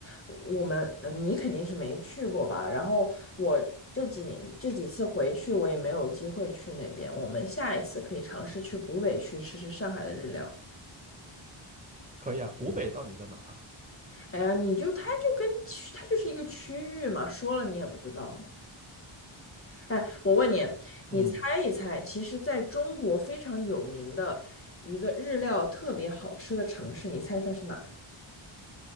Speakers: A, on the left; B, on the right.
A: 我们，呃，你肯定是没去过吧？然后我这几年这几次回去，我也没有机会去那边。我们下一次可以尝试去古北区吃吃上海的日料。
B: 可以啊，古北到底在哪儿啊？
A: 哎呀，你就它就跟区它就是一个区域嘛，说了你也不知道。哎，我问你，你猜一猜，
B: 嗯，
A: 其实在中国非常有名的一个日料特别好吃的城市，你猜猜是哪？